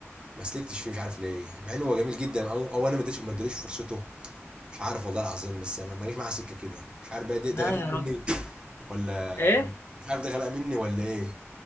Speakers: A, on the right; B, on the left.
A: ما سلكتش فيه مش عارف ليه مع انه هو جميل جدا او او انا ما اديتش ما اديتش فرصته مش عارف والله العظيم بس ما ما جاش معاها سكه كده مش عارف بقى ده ده
B: لا
A: غباء
B: يا
A: مني
B: راجل
A: ولا
B: ايه
A: مش عارف ده غباء مني ولا ايه